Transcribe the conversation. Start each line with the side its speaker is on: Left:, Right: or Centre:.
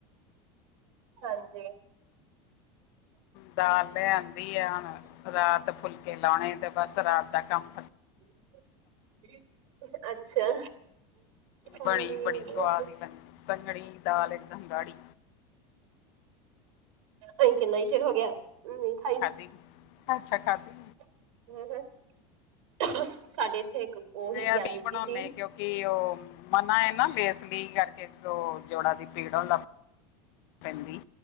Right: ਹਾਂਜੀ।
Left: ਦਾਲ ਲੈ ਆਂਦੀ ਆ ਹੁਣ। ਰਾਤ ਫੁਲਕੇ ਲਾਉਣੇ ਤੇ ਬੱਸ ਰਾਤ ਦਾ ਕੰਮ ਖਤਮ।
Right: <unintelligible> ਅੱਛਾ। ਹਾਂਜੀ
Left: ਬਣੀ ਬੜੀ
Right: ਵਧੀਆ
Left: ਸਵਾਦ ਹੀ ਬਣੀ ਸੰਘਣੀ ਦਾਲ ਇੱਕ ਦਮ ਗਾੜ੍ਹੀ
Right: ਅਈ ਕਿੰਨਾ ਹੀ ਚਿਰ ਹੋ ਗਿਆ, ਨਈਂ, ਹਈ।
Left: ਖਾਦੀ ਅੱਛਾ, ਖਾਧੀ।
Right: ਹਂ, ਹਂ <unintelligible> ਸਾਡੇ ਇੱਥੇ ਇੱਕ ਉਹੀ
Left: ਨਹੀਂ
Right: ਗਿਆਨੀ
Left: ਅਸੀਂ ਬਣਾਉਣੇ
Right: ਜੀ ਸੀ
Left: ਕਿਉਂਕਿ ਉਹ ਮਨਾ ਇਹ ਨਾਂ ਲੇਸਲੀ ਕਰਕੇ। ਤੋਂ ਜੋੜਾਂ ਦੀ ਪੀੜ ਹੋਣ ਲੱਗ ਪ ਪੈਂਦੀ,